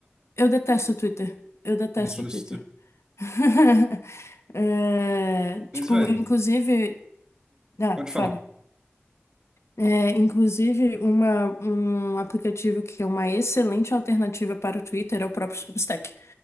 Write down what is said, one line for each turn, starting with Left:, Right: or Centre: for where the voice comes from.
Left: eu detesto o Twitter. Eu detesto
Right: <laughs> Justo.
Left: o Twitter. <laughs> É,
Right: Mas,
Left: tipo,
Right: velho,
Left: inclusive. Ah,
Right: pode
Left: fale.
Right: falar.
Left: É, inclusive, uma, um aplicativo que é uma excelente alternativa para o Twitter é o próprio Substack.